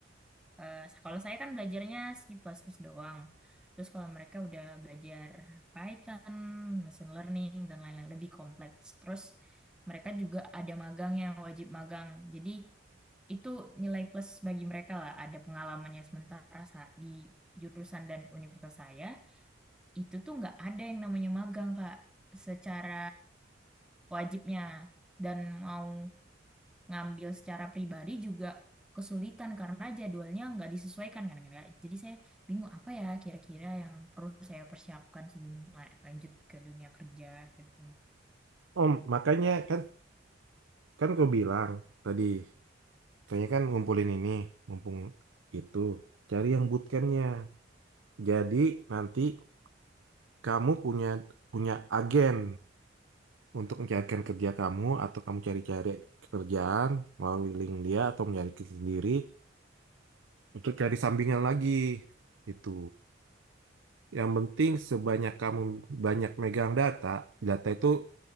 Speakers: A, in the centre; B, on the right.
A: Eh, kalau saya kan belajarnya C++ doang. Terus kalau mereka udah belajar Python, machine learning, dan lain-lain lebih kompleks. Terus mereka juga ada magang yang wajib magang. Jadi itu nilai plus bagi mereka lah. Ada pengalamannya sementara sa- di jurusan dan universitas saya. Itu tuh nggak ada yang namanya magang, Kak. Secara wajibnya. Dan mau ngambil secara pribadi juga kesulitan karena jadwalnya nggak disesuaikan kan kan Kak. Jadi saya bingung apa ya kira-kira yang perlu saya persiapkan sebelum la- lanjut ke dunia kerja. saya gitu.
B: om makanya kan kan gue bilang tadi kayaknya kan ngumpulin ini mumpung itu cari yang bootcampnya. Jadi nanti kamu punya punya agen untuk mencarikan kerja kamu atau kamu cari-cari pekerjaan melalui link dia atau mencari sendiri untuk cari sampingan lagi itu. Yang penting sebanyak kamu banyak megang data, data itu